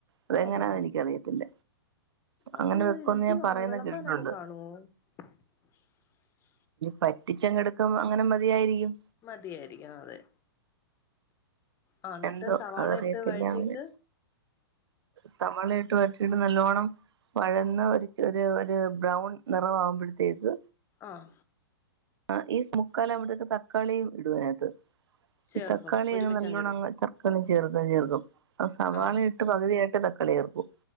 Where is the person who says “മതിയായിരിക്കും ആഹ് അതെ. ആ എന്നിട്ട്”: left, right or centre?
Left